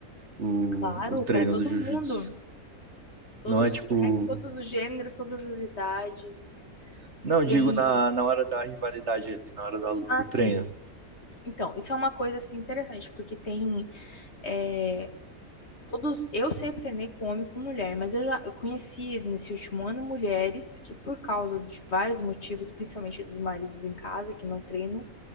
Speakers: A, on the right (about 50°); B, on the left (about 45°).
A: o,
B: Claro,
A: o treino
B: para todo
A: do jiu-jitsu.
B: mundo, todos
A: Não é
B: os
A: tipo.
B: sexos, todos os gêneros, todas as idades.
A: Não, digo
B: Tem.
A: na, na hora da rivalidade ali, na hora da-
B: Ah,
A: do
B: sim.
A: treino.
B: Então, isso é uma coisa assim interessante, porque tem é, todos. Eu sempre treinei com homem e com mulher, mas eu já eu conheci nesse último ano mulheres que, por causa de vários motivos, principalmente dos maridos em casa que não treinam,